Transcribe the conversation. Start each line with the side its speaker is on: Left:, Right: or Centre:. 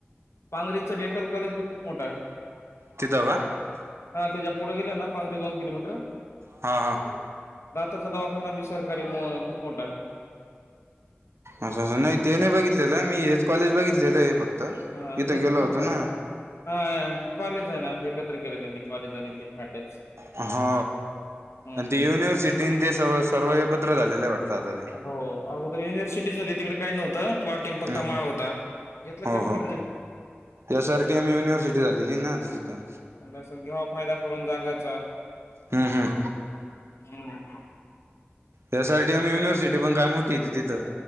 Left: पांगरी- डेंटल कॉलेज बी खूप मोठा आहे-
Right: तिथं का
Left: हा त्याच्या पुढे गेले ना पांघरीे दोन किलोमीटर
Right: हा हा
Left: दाताचा दवा- विचार- गाडी खूप मोठा आहे-
Right: असं असं नाही ते नाही बघितलेलं आहे मी हेच कॉलेज बघितलेलं आहे फक्त-
Left: हा
Right: इथं
Left: हे
Right: गेलो
Left: खूप मोठं
Right: होतो
Left: आहे
Right: ना
Left: हा ते कॉलेज आहे ना- एकत्र केले त्यांनी- कॉलेज आणि ते अटॅच
Right: अ हो
Left: हम्म
Right: आणि ते युनिव्हर्सिटी ते स- सर्व एकत्र झालेलं वाटतं- आता
Left: हो अगोदर युनिव्हर्सिटी होती तिकडे काही नव्हत प्लॉटिंग
Right: ते
Left: फक्त माळ होता. घेतलं
Right: हो
Left: कमी
Right: हो
Left: किमतीत
Right: S R T M university झालेली ना आता तिथं.
Left: म्हणलं असेल घ्यावा फायदा करून जागायचा-
Right: हम् हम्
Left: हम्.
Right: यासाठी आम्ही युनिव्हर्सिटी पण काय मोठी हो त तिथं-